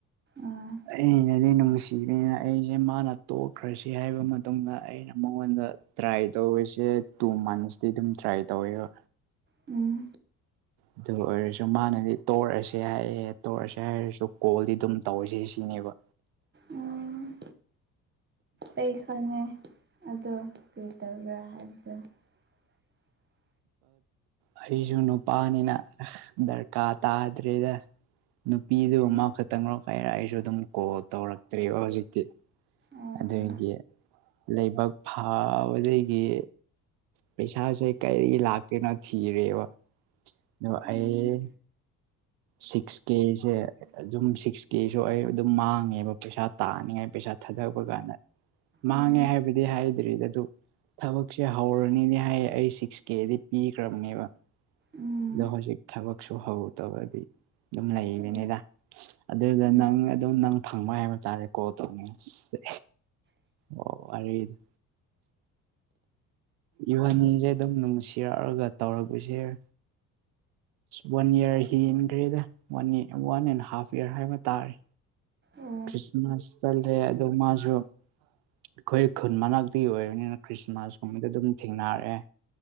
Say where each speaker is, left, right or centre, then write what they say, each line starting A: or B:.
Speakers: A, on the right (about 25°); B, on the right (about 60°).
A: ꯑꯥ
B: ꯑꯩꯅꯗꯤ ꯅꯨꯡꯁꯤꯕꯅꯤꯅ ꯑꯩꯁꯦ ꯃꯥꯅ ꯇꯣꯛꯈ꯭ꯔꯁꯤ ꯍꯥꯏꯕ ꯃꯇꯨꯡꯗ ꯑꯩꯅ ꯃꯉꯣꯟꯗ ꯇ꯭ꯔꯥꯏ ꯇꯧꯔꯤꯁꯦ ꯇꯨ ꯃꯟꯁꯇꯤ ꯑꯗꯨꯝ ꯇ꯭ꯔꯥꯏ ꯇꯧꯋꯦꯕ
A: ꯎꯝ
B: ꯑꯗꯨ ꯑꯣꯏꯔꯁꯨ ꯃꯥꯅꯗꯤ ꯇꯣꯛꯛꯑꯁꯦ ꯍꯥꯏꯌꯦ ꯇꯣꯛꯑꯁꯦ ꯍꯥꯏꯔꯁꯨ ꯀꯣꯜꯗꯤ ꯑꯗꯨꯝ ꯇꯧꯁꯤ ꯆꯅꯦꯕ
A: ꯎꯝ ꯑꯩ ꯈꯪꯉꯦ ꯑꯗꯣ ꯀꯔꯤ ꯇꯧꯕ꯭ꯔꯥ ꯍꯥꯏꯕꯗꯨ <inaudible>
B: ꯑꯩꯁꯨ ꯅꯨꯄꯥꯅꯤꯅ ꯗꯔꯀꯥꯔ ꯇꯥꯗ꯭ꯔꯦꯗ ꯅꯨꯄꯤꯗꯨꯕꯨ
A: ꯎꯝ
B: ꯃꯥ ꯈꯛꯇꯪꯣ ꯀꯥꯏꯔ ꯑꯩꯁꯨ ꯑꯗꯨꯝ ꯀꯣꯜ ꯇꯧꯔꯛꯇ꯭ꯦꯔꯤꯕ ꯍꯧꯖꯤꯛꯇꯤ
A: ꯑꯣ
B: ꯑꯗꯨꯒꯤ ꯂꯕꯛ ꯐꯥꯕꯗꯒꯤ ꯄꯩꯁꯥꯁꯦ ꯀꯔꯤ ꯂꯥꯛꯇꯦꯅꯣ ꯊꯤꯔꯦꯕ ꯑꯗꯣ
A: ꯎꯝ
B: ꯑꯩ ꯁꯤꯛꯁ ꯀꯦꯁꯦ ꯑꯗꯨꯝ ꯁꯤꯛꯁ ꯀꯦꯁꯨ ꯑꯩ ꯑꯗꯨꯝ ꯃꯥꯡꯉꯦꯕ ꯄꯩꯁꯥ ꯇꯥꯅꯤꯉꯥꯏ ꯄꯩꯁꯥ ꯊꯥꯗꯕ ꯀꯥꯟꯗ ꯃꯥꯡꯉꯦ
A: ꯎꯝ
B: ꯍꯥꯏꯕꯗꯤ ꯍꯥꯏꯗ꯭ꯔꯤ ꯑꯗꯨ ꯊꯕꯛꯁꯦ ꯍꯧꯔꯅꯤꯅꯦ ꯍꯥꯏꯌꯦ ꯑꯩ ꯁꯤꯛꯁ ꯀꯦꯗꯤ ꯄꯤꯈ꯭ꯔꯕꯅꯦꯕ
A: ꯎꯝ
B: ꯑꯗꯣ ꯍꯧꯖꯤꯛ ꯊꯕꯛꯁꯨ ꯍꯧ ꯇꯔꯗꯤ ꯑꯗꯨꯝ ꯂꯩꯕꯅꯤꯗ
A: ꯑꯣ
B: ꯑꯗꯨꯗ
A: ꯎꯝ
B: ꯅꯪ ꯑꯗꯨꯝ ꯅꯪ ꯐꯪꯕ ꯍꯥꯏꯕ ꯇꯥꯔꯦ ꯀꯣꯜ ꯇꯧꯅꯤꯡꯁꯦ ꯑꯣ ꯑꯔꯗ ꯏꯕꯥꯅꯤꯁꯦ ꯑꯗꯨꯝ ꯅꯨꯡꯁꯤꯔꯛꯑꯒ ꯇꯧꯔꯛꯄꯁꯦ ꯑꯁ ꯋꯥꯟ ꯏꯌꯥꯔ ꯍꯦꯟꯈ꯭ꯔꯦꯗ one one and half year ꯍꯥꯏꯕ ꯇꯥꯔꯦ
A: ꯑꯣ
B: ꯈ꯭ꯔꯤꯁꯃꯁ ꯇꯂꯗꯦ ꯑꯗꯨ ꯃꯥꯁꯨꯁꯨ ꯑꯩꯈꯣꯏ ꯈꯨꯟ ꯃꯅꯥꯛꯇꯤ ꯑꯣꯏꯕꯅꯤꯅ ꯈ꯭ꯔꯤꯁꯃꯥꯁ ꯀꯨꯝꯕꯗ ꯑꯗꯨꯝ ꯊꯦꯡꯅꯔꯛꯑꯦ